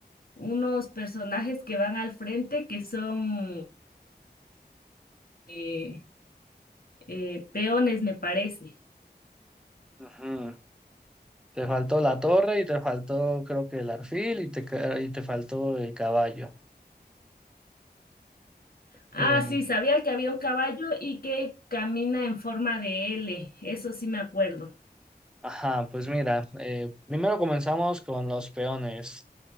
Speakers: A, on the left; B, in the centre.
A: unos personajes que van al frente que son eh, eh, peones, me parece.
B: Ujú. Te faltó la torre y te faltó creo que el arfil y te, ca- y te faltó el caballo.
A: Ah,
B: Eh,
A: sí, sabía que había un caballo y que camina en forma de L, eso sí me acuerdo.
B: ajá, pues mira, eh, primero comenzamos con los peones.